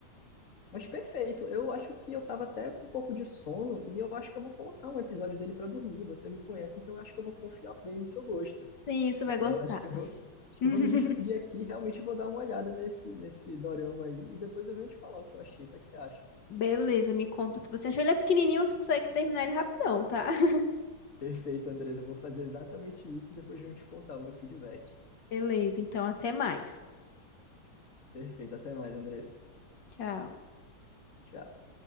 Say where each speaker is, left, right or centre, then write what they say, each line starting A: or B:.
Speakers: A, on the left (about 45°); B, on the left (about 85°).
A: Mas perfeito, eu acho que eu tava até com um pouco de sono e eu acho que eu vou colocar um episódio dele pra dormir. Você me conhece, então eu acho que eu vou confiar bem no seu gosto.
B: Sim, você vai
A: É,
B: gostar.
A: acho que eu vou, acho que
B: <laughs>
A: eu vou me despedir aqui, realmente vou dar uma olhada nesse, nesse dorama aí e depois eu venho te falar o que eu achei. O que é que você acha?
B: Beleza, me conta o que você achou. Ele é pequenininho, tu consegue terminar ele rapidão, tá? <laughs>
A: Perfeito, Andresa. Eu vou fazer exatamente isso e depois de eu te contar o meu feedback.
B: Beleza, então até mais.
A: Perfeito. Até mais, Andresa.
B: Tchau.
A: Tchau.